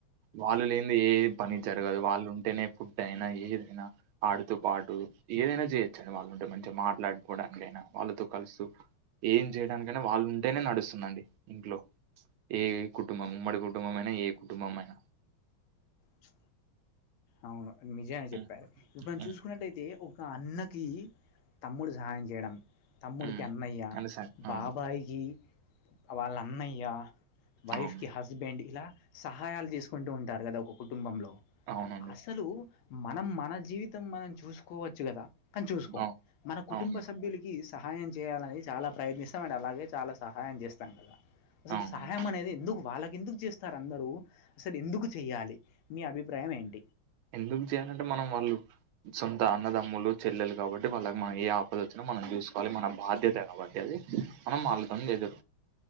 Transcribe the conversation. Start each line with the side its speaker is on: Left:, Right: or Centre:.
Right: వాళ్ళు లేనిది ఏ పని జరగదు వాళ్ళు ఉంటేనే ఫుడ్ అయినా ఏదైనా ఆడుతు పాటు ఏదైనా చేయొచ్చండి వాళ్ళు ఉంటే మంచిగా మాట్లాడుకోడానికైనా వాళ్ళతో క సు ఏం చేయడానికే వాళ్ళు ఉంటేనే నడుస్తుందండి ఇంట్లో ఏ కుటుంబం ఉమ్మడి కుటుంబం అయినా న ఏ కుటుంబమైన
Left: చు అవును నిజమే
Right: హ్మ్.
Left: చెప్పారు ఇప్పుడు మనం
Right: హ్మ్.
Left: చూసుకున్నట్ట అయితే ఒక అన్నకి తమ్ముడు సహాయం చేయడం తమ్ముడికి
Right: హ్మ్.
Left: అన్నయ్య
Right: అంతే సార్
Left: బాబాయికి
Right: అవును.
Left: వాళ్ళ అన్నయ్య వైఫ్
Right: అవును.
Left: కి హస్బెండ్ ఇలా సహాయాలు చేసుకుంటూ ఉంటారు కదా ఒక కుటుంబంలో
Right: అవునండి.
Left: లు మనం మన జీవితం మనం చూసుకోవచ్చు కదా కానీ చూసుకోం
Right: అవ్
Left: మన కుటుంబ
Right: అవును.
Left: సభ్యులకి సహాయం చేయాలని చాలా ప్రయత్నిస్తాం అండ్ అలాగే చాలా సహాయం చేస్తాం కదా అసలు
Right: అవును.
Left: సహాయం అనేది ఎందుకు వాళ్ళకి ఎందుకు చేస్తారు అందరూ అసలు ఎందుకు చెయ్యాలి మీ అభిప్రాయం ఏంటి
Right: ఎందుకు చేయాలంటే మనం వాళ్ళు సొంత అన్నదమ్ములు చెల్లెలు కాబట్టి వాళ్ళకి మనం ఏ ఆపద వచ్చినా మనం చూసుకోవాలి మన బాధ్యత కాబట్టి అది మనం వాళ్ళతోని ఎదు